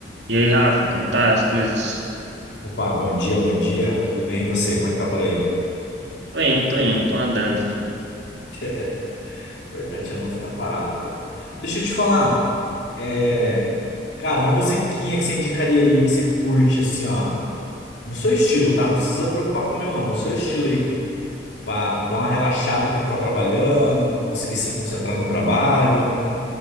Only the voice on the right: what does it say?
E aí, Rafa, como tá as coisas?
Tô indo, tô indo, tô andando.